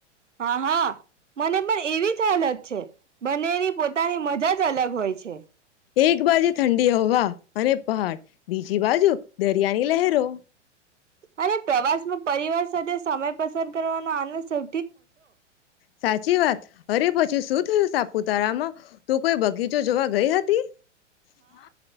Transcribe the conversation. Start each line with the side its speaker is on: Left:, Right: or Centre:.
Right: હા હા મને પણ એવી જ હાલત છેે. બનેની પોતાની મજ ધા જ અલગ હોય છે.
Left: એક બાજુ ઠંડી હવા અને પહાડ બીજી બાજુ દરિયાની લહેરો.
Right: અને પ્રવાસમાં પરિવાર સાથે સમય પસાર કરવાનો આનંદ સૌ
Left: સાચી વાત અરે પછી શું થયું સાપુતારામાં તું કોઈ બગીચો જોવા ગઈ હતી, હા.